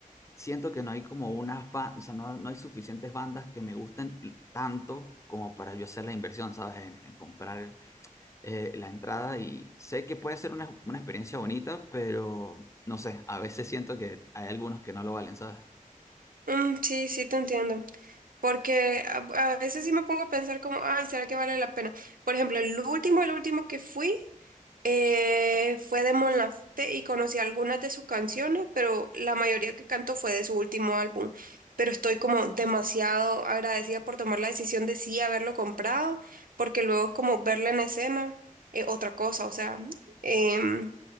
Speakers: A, on the left; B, on the right.
A: siento que no hay como unas bandas, o sea, no, no hay suficientes bandas que me gusten tanto como para yo hacer la inversión, ¿sabes? En, en comprar eh, la entrada y sé que puede ser una, una experiencia bonita, pero no sé, a veces siento que hay algunos que no lo valen, ¿sabes?
B: mm, mm, sí, sí, te entiendo. Porque a, a veces sí me pongo a pensar como, ay, ¿será que vale la pena? Por ejemplo, el último, el último que fui. Eh, fue de Mon Laferte y conocí algunas de sus canciones, pero la mayoría que canto fue de su último álbum. Pero estoy como demasiado agradecida por tomar la decisión de sí haberlo comprado, porque luego es como verla en escena, eh, otra cosa, o sea, em,